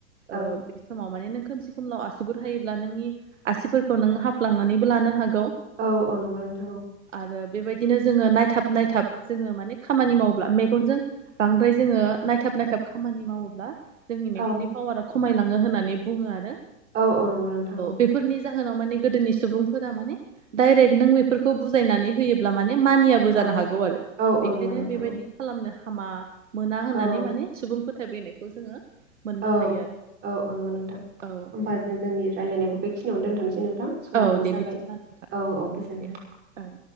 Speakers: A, on the right (about 65°); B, on the right (about 25°).
A: ओ
B: औ
A: बि समाव माने नों खोमसि खोमनाव आसुगुर हायोब्ला नोंनि आसिफोरखौ नों हाफ्लांनानैबो लानो हाग गौ
B: औ औ नंगौ नोंथां औ
A: आरो बेबायदिनो जोङो नाय थाब नायथाब जोङो माने खामानि मावोब्ला मेगनजों बांद्राय जोङो नायथाब नायथाब खामानि मावोब्ला जोंनि मेगननि
B: औ
A: पावारा खम खमायलाङो होननानै बुङो आरो
B: औ औ नंगौ नोंथां औ।
A: बेफोरनि जाहोनाव माने गोदोनि सुबुंफोरा माने डाइरेक्ट नों बेफोरखौ बुजायनानै होयोब्ला माने मानियाबो जानो
B: औ
A: हागौ आरो
B: औ
A: बे
B: औ नंगौ
A: ओंखायनो
B: नोंथां
A: बेबायदि
B: औ
A: खालामनो हामा मोना होननानै
B: औ
A: मानि सुबुंफोर थाबैनायखौ जोङो मोननो
B: औ
A: हायो आरो
B: औ औ नंगौ नोंथां होमबा
A: औ
B: जों जोंनि रायलायनायखौ बेखिनियावनो दोन्थ'नोसै थां समाबो
A: औ दे
B: जाबाय
A: बिदिब्ला नोंथां
B: औ औ गोजोनथों।
A: दे ओं